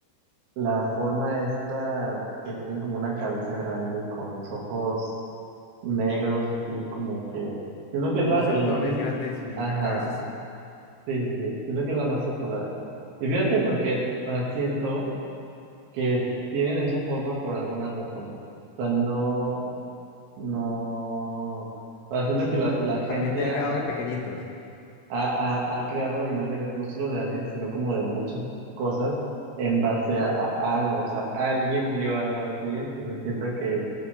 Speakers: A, on the right (about 70°); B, on the left (about 75°).
A: la forma esta que tienen como una cabeza grande y con los ojos negros, así como que. Siento que es
B: Como
A: la,
B: saltones
A: la imagen.
B: grandes y
A: Ajá,
B: una cabecísima.
A: sí, sí, sí, siento que es la más popular. Y fíjate porque, o sea, siento que tienen esa forma por alguna razón. O sea, no, no. O sea, siento que la, la gente
B: También delgados
A: ha, ha,
B: y pequeñitos.
A: ha- ha creado imágenes no solo de aliens, sino como de muchas cosas en base a, a algo. O sea, alguien vio algo así, entonces siento que,